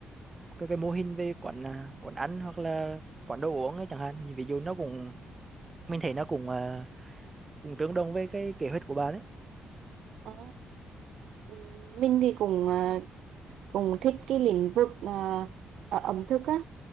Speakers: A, on the right; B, on the right.
A: cái cái mô hình về quán à, quán ăn hoặc là quán đồ uống ấy chẳng hạn Thì ví dụ nó cũng mình thấy nó cũng à, cũng tương đồng với cái kế hoạch của bạn đấy.
B: À, ừ, mình thì cũng à, cùng thích cái lĩnh vực à, à, ẩm thực á